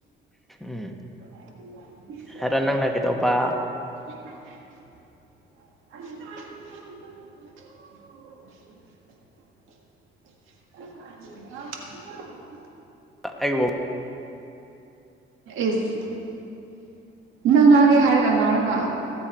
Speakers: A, in the centre; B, on the right.
A: ꯎꯝ
B: <unintelligible>
A: ꯍꯥꯏꯔꯣ ꯅꯪꯅ ꯀꯩꯗꯧꯕ
B: <unintelligible> <unintelligible>
A: ꯑꯩꯕꯨ
B: ꯏꯁ ꯅꯪ ꯉꯥꯡꯒꯦ ꯍꯥꯏꯔꯒ ꯉꯥꯡꯔꯒ